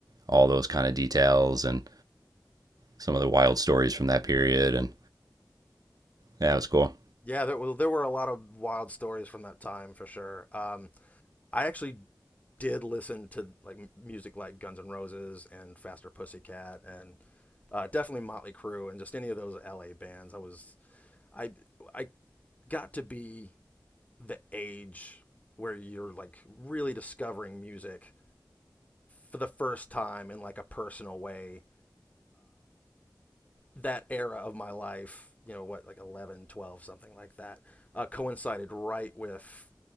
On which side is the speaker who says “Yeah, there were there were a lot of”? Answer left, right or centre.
Left